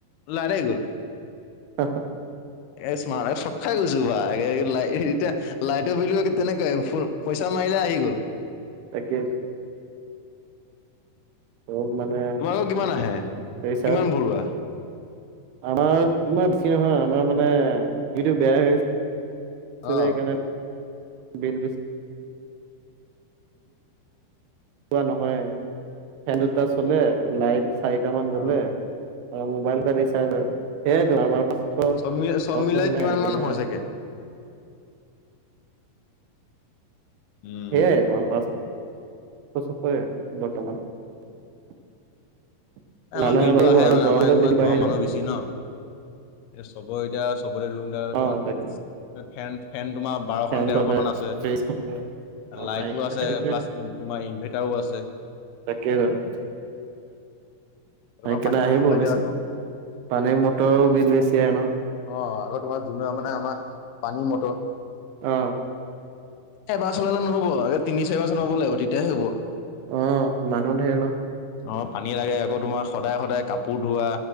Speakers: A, on the left; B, on the right.
A: লাইট আহি গ'ল।
B: হা হা
A: এ স্মাৰ এ চক খাই গৈছোঁ বা এতিয়া লাইটৰ বিলো তেনেকে ফৰ পইচা মাৰিলে আহি গ'ল।
B: তাকেই তো। চব মানে
A: তোমালোকৰ কিমান আহে
B: পেইচা।
A: কিমান ভৰোৱা
B: আমাৰ, তোমাৰ বেছি নহয় আমাৰ মানে টিভিটো বেয়া হৈ আছে। সেইটো
A: অ
B: সেইকাৰণে বিল বেছি চোৱা নহয়। ফেন দুটা চলে, লাইট চাৰিটামান জ্বলে।
A: অ
B: অ মোবাইলটা ৰিচাৰ্জ হয়। সেইয়া আমাৰ পাঁচশ,
A: চব মিল চব
B: ছশ
A: মিলাই
B: সিমানেই
A: কিমান
B: আৰু
A: মান
B: বেছি নাহে
A: হয়
B: আৰু।
A: চাগে উম
B: সেয়াই তোমাৰ পাচ শ ছয়শয়ে বৰ্তমান। ঠাণ্ডা
A: আমাৰ
B: দিনত
A: বিলটো
B: কমিব
A: আহে
B: আৰু,
A: মানে
B: এই গৰম
A: আমাৰ
B: দিনত
A: তোমাৰ
B: বেছি
A: ঘৰৰ
B: বাঢ়ি
A: মানুহ
B: যায়।
A: বেছি ন। এ চবৰে এতিয়া চবৰে ৰুমবিলাক
B: অ
A: তোমাৰ
B: তাকে
A: ফেন ফেন তোমাৰ বাৰখন
B: ফেন
A: তেৰ
B: চলে
A: খন মান আছে।
B: ফ্ৰিজ চলে অ
A: লাইটো
B: সেইটোৱে
A: আছে প্লাছ তোমাৰ ইনভাৰ্টাৰো আছে।
B: তাকেই টো সেই কাৰণে
A: তোমাৰ পানী
B: কেনে আহিব
A: চলাব
B: আবশ্য।
A: লাগে আকৌ
B: পানীৰ মটৰো বিল বেছি আহে ন।
A: অ আৰু তোমাৰ যোন মানে আমাৰ পানী মটৰ।
B: অ।
A: এবাৰ চলালে নহব আ তিনি চাৰিবাৰ চলাব লাগিব তেতিয়াহে হ'ব।
B: উম, মানুহ ধেৰ ন।
A: অ, পানী লাগে আকৌ তোমাৰ সদায় সদায় কাপোৰ ধোৱা।